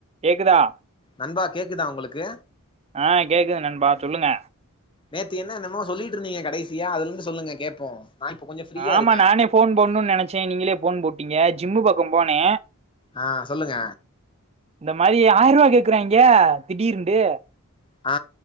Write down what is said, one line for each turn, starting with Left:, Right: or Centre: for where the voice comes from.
Right: கேக்குதா
Left: நண்பா கேக்குதா உங்களுக்கு
Right: ஆ கேக்குது நண்பா சொல்லுங்க
Left: நேத்து என்ன என்னமோ சொல்லிட்டு இருந்தீங்க கடைசியா அதுல இருந்து சொல்லுங்க கேப்போ நா இப்ப கொஞ்சோ ஃப்ரீயா
Right: ஆமா
Left: இருக்கே
Right: நானே ஃபோன் போடனும்னு நெனைச்சே நீங்களே ஃபோன் போட்டு ப்பங்க ஜிம்மு பக்கோ போனே
Left: ஆ சொல்லுங்க
Right: இந்த மாதிரி ஆயிர ரூவா கேக்குறேங்க திடீர்ண்டு
Left: ஆ